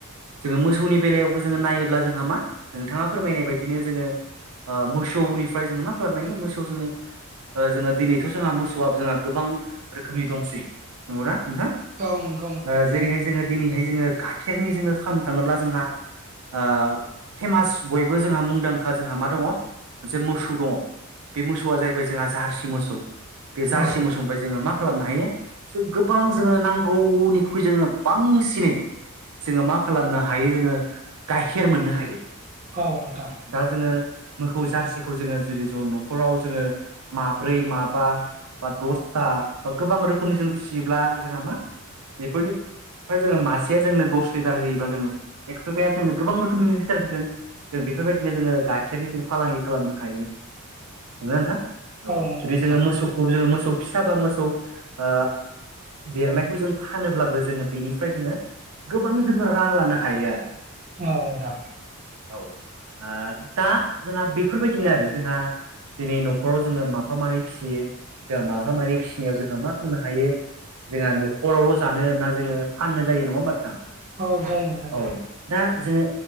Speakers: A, on the right (about 85°); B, on the right (about 35°).
A: जोङो मोसौनि बेलायावबो जोङो नायोब्ला जोंहा मा नोंथाङा फोरमायनाय बायदिनो जोङो ओ मोसौनिफ्राय जोङो मा खालामनो हायो मोसौ जोङो ओ जोङो दिनैथ' जोंहा मोसौआ जोंहा गोबां रोखोमनि दंसै नंगौना नोंथां?
B: औ नंगौ।
A: ओ जेरैहाय जोङो दिनैहाय जोङो गाइखेरनि जोङो खामनो थाङोब्ला जोंहा ओ फेमास बयबो जोंहा मुंदांखा जोंहा मा दङ' मोनसे मोसौ दङ। बे मोसौआ जाहैबाय जोंहा जारसि मोसौ बे जारसि
B: औ
A: मोसौनिफाय जोङो मा खालामनो हायो गोबां जोङो नांगौ। निख्रुइ जोङो बांसिनै जोङो मा खालामनो हायो जोङो गाइखेर मोननो हायो।
B: औ नोंथां।
A: दा जोङो मोखौ जारसिखौ जोङो जुदि ज' न'खराव जोङो माब्रै, माबा बा दसथा बा गोबां रोखोमनि जों फिसियोब्ला जोंहा मा बेफोरनि फाय जोङो मासेया जोंनो दस लिटार होयोबा जोङो एकस'ताया जोंनो गोबां रोखोमनि लिटार होगोन। जों बेफोरबायदिनो जोङो गाइखेरनि फालांगि खालामनो हायो। नंगोना नोंथां औ,
B: नंगौ
A: जुदि
B: नोंथां
A: जोङो मोसौखौ जोङो मोसौ फिसा बा मोसौ ओ देरनायखौ जों फानोब्लाबो जोङो बेनिफ्राय जोङो गोबां जों रां लानो हायो आरो।
B: औ नोंथां।
A: औ ओ दा जोंहा बेफोरबायदिनो आरो जोंहा दिनै न'खराव जोङो माफा मानै फिसियो जा माफा मानै फिसिनायाव जोंहा मा खामनो हायो। जोंहा न'खरावल' जानो ना जोङो फाननो जायो नङा होमबा नोंथां?
B: औ जायो नोंथां जायो।
A: औ दा जोङो